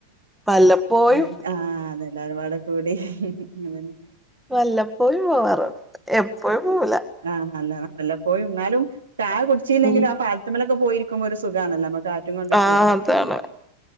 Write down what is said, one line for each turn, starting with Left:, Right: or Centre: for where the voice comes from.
Centre: വല്ലപ്പോഴും
Right: ല്ലെ. ആഹ്. അതെ. എല്ലാരും പാടെ കൂടി. അങ്ങൻതന്നെ.
Centre: വല്ലപ്പോഴും പോവാറൊള്ളു. എപ്പഴും പോവൂല.
Right: ആഹ് ല്ല വല്ല പോയി. ഇന്നാലും ചായ കുടിച്ചില്ലെങ്കും
Centre: ഉം
Right: ആ പാലത്തിമ്മലൊക്കെ പോയിരിക്കുമ്പോ ഒരു സുഖാണല്ലൊ. നമുക്ക് ആ. കാറ്റും കൊണ്ടക്കെ.
Centre: ആഹ് അതാണ്